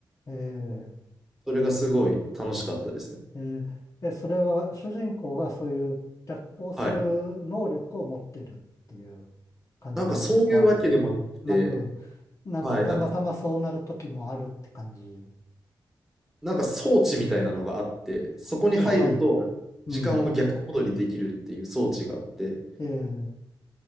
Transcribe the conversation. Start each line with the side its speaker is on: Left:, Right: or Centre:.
Left: ええ、
Centre: それがすごい楽しかったですね。
Left: ええ、でそれは主人公がそういう逆行する能力を持ってるっていう
Centre: はい。
Left: 感じなんですか
Centre: なんかそういうわけでもなくて
Left: なく、なんかたまたまそうなる時もあるって感じ。
Centre: はいなんかなんか装置みたいなのがあって、そこに入ると時間を逆戻りできるっていう装置があって、
Left: そう、はい。うん。ええ、